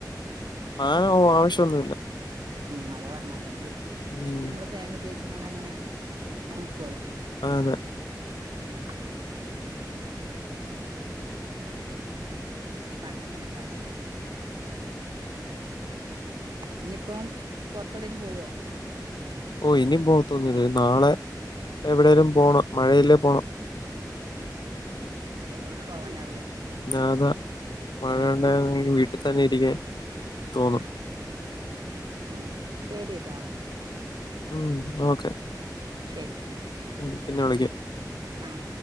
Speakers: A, on the left; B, on the right.
A: ഫാൻ ഓ ആവശ്യംന്നുല്ല
B: ഉം അതാ പറഞ്ഞ അല്ലെങ്കി
A: ഉം
B: ഞമ്മള് ഫാൻ ഉപയോഗിച്ചങ്ങാണ്ട് അങ്ങനെ ഒണക്കുവല്ലോ.
A: അതെ
B: ഉം ഉം അപ്പ അങ്ങനെയാണ് കാര്യങ്ങൾ ഇനിയിപ്പം പുറത്തോടെലും പോവോ
A: ഓഹ് ഇനി പോത്തൊന്നില്ല നാളെ എവിടേലും പോണം മഴയില്ലേ പോണം
B: ഉം അയർലൻഡിൽ പോവാനാവില്ലക്ക്‌ ലെ
A: ആ, അതാ മഴ
B: ഉം
A: ഉണ്ടായിരുന്നെങ്കിൽ വീട്ടിൽ തന്നെ ഇരിക്കാൻ
B: ഉം
A: തോന്നും
B: ഉം ശരിട്ടാ
A: ഉം ഓക്കെ
B: ശരി ഉം
A: ഉം പിന്നെ വിളിക്കാം
B: ആഹ്